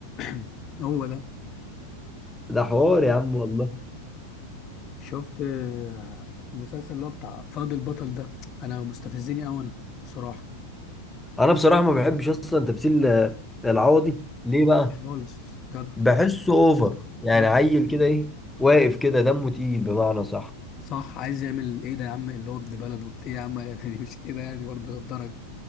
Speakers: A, on the left; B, in the centre.
A: <clears throat> هو ده
B: ده حوار يا عم والله
A: شفت آه، المسلسل اللي هو بتاع فهد البطل ده أنا مستفزني أوي أنا بصراحة
B: انا بصراحه ما بحبش اصلا تمثيل العوضي ليه بقى
A: مش خالص جدع
B: بحسه اوفر يعني
A: مم.
B: عيل كده ايه واقف كده دمه تقيل بمعنى صح
A: صح عايز يعمل إيه ده يا عم اللي هو ابن بلد وبت إيه يا عم <laughs> يعني مش كده يعني برضه للدرجة